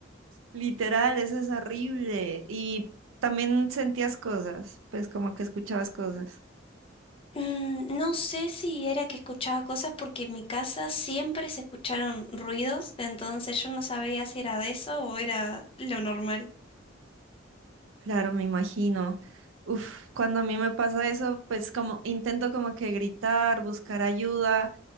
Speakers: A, on the right; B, on the left.
A: Literal, eso es horrible. Y también sentías cosas, pues como que escuchabas cosas.
B: Mm, no sé si era que escuchaba cosas porque en mi casa siempre se escucharon ruidos, entonces yo no sabía si era de eso o era lo normal.
A: Claro, me imagino. Uf, cuando a mí me pasa eso, pues como intento como que gritar, buscar ayuda,